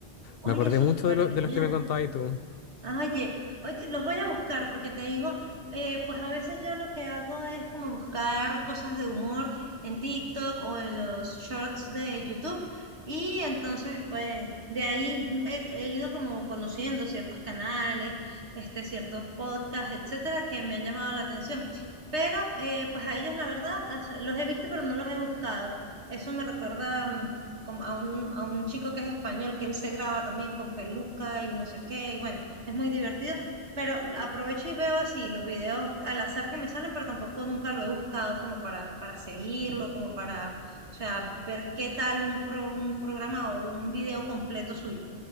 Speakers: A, on the right (about 85°); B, on the left (about 65°).
A: Oye,
B: Me acordé
A: súper
B: mucho de, lo-
A: genial.
B: de los que me contabas tú.
A: Oye, oye, los voy a buscar porque te digo, eh, pues a veces yo lo que hago es como buscar cosas de humor en TikTok o en los shorts de YouTube y entonces pues de ahí mm, he, he ido como conociendo ciertos canales, este, ciertos podcasts, etcétera, que me han llamado la atención. Pero eh, pues a ellos la verdad o sea, los he visto pero no los he buscado. Eso me recuerda mm, como a un, a un chico que es español que él se graba también con peluca y no sé qué y bueno es muy divertido, pero aprovecho y veo así los videos al azar que me salen, pero tampoco nunca lo he buscado como para, para seguirlo, como para, o sea, ver qué tal un, pro, un programa o un video completo suyo.